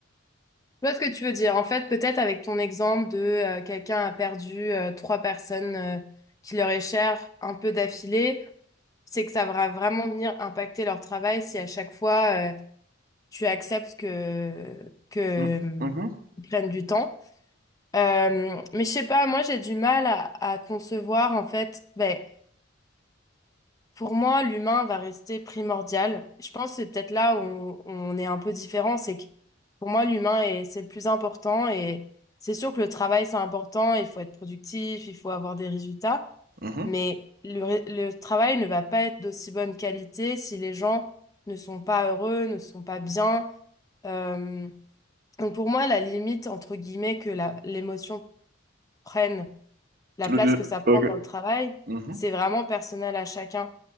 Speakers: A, on the left; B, on the right.
A: Je vois ce que tu veux dire. En fait, peut-être avec ton exemple de euh, quelqu'un a perdu euh, trois personnes euh, qui leur est chère un peu d'affilée, c'est que ça va vraiment venir impacter leur travail si à chaque fois euh, tu acceptes que que
B: Mhm,
A: euh,
B: mhm,
A: ils prennent du temps. Euh, mais je sais pas, moi j'ai du mal à, à concevoir en fait. ben, pour moi, l'humain va rester primordial. Je pense que c'est peut-être là où où on est un peu différent, c'est que pour moi, l'humain est, c'est le plus important et c'est sûr que le travail, c'est important, il faut être productif, il faut avoir des résultats,
B: mhm, mhm.
A: mais le, ré- le travail ne va pas être d'aussi bonne qualité si les gens ne sont pas heureux, ne sont pas bien. Euh, donc pour moi, la limite, entre guillemets, que la- l'émotion prenne, la
B: Le
A: place
B: deux.
A: que ça prend
B: ok.
A: dans le travail,
B: Mhm.
A: c'est vraiment personnel à chacun.